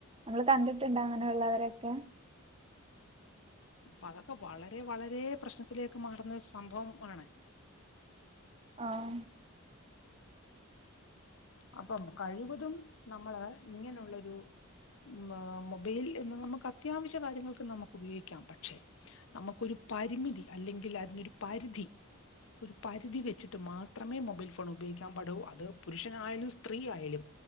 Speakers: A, on the right (about 25°); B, on the left (about 65°).
A: അങ്ങള് കണ്ടിട്ടുണ്ട് അങ്ങനെയുള്ളവരെയെക്കെ?
B: അപ്പ അതൊക്കെ വളരെ വളരെ പ്രശ്നത്തിലേക്ക് മാറുന്ന രു സംഭവം ആണ്.
A: ആഹ്
B: അപ്പം കഴിവതും നമ്മെള് ഇങ്ങനെ ഉള്ളൊരു. ഉം മൊബൈല് എന്ന് നമുക്ക് അത്യാവശ്യ കാര്യങ്ങൾക്ക് നമുക്ക് ഉപയോഗിക്കാം. പക്ഷെ നമുക്കൊരു പരിമിതി അല്ലെങ്കിൽ അതിനൊരു പരിധി ഒരു പരിധി വെച്ചിട്ട് മാത്രമേ മൊബൈൽ ഫോൺ ഉപയോഗിക്കാൻ പാടു. അത് പുരുഷൻ ആയാലും സ്ത്രീ ആയാലും